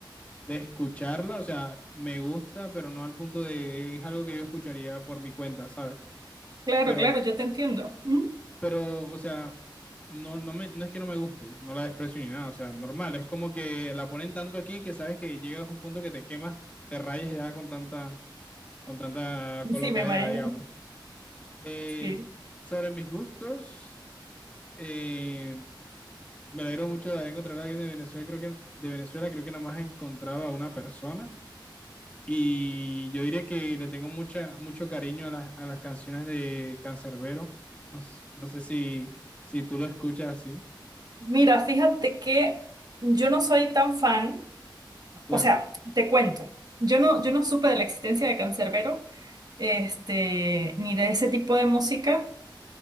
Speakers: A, on the left (about 15°); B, on the right (about 50°).
A: de escucharla, o sea, me gusta, pero no al punto de, es algo que yo escucharía por mi cuenta, ¿sabes?
B: claro,
A: Pero,
B: claro, yo te entiendo. ¿Mm?
A: pero, o sea, no, no me, no es que no me guste, no la desprecio ni nada, o sea, normal, es como que la ponen tanto aquí que sabes que llegas a un punto que te quemas, te rayes ya con tanta, con tanta colocadera,
B: Sí, me imagino.
A: digamos. Eh,
B: Sí.
A: sobre mis gustos, eh, me alegro mucho de haber encontrado a alguien de Venezuela. Creo que de Venezuela creo que nada más he encontrado a una persona. Y yo diría que le tengo mucha, mucho cariño a las, a las canciones de Canserbero. No, s- no sé si, si tú lo escuchas así.
B: Mira, fíjate que yo no soy tan fan.
A: Claro,
B: O sea, te cuento, yo no, yo no supe de la existencia de Cancerbero este, ni de ese tipo de música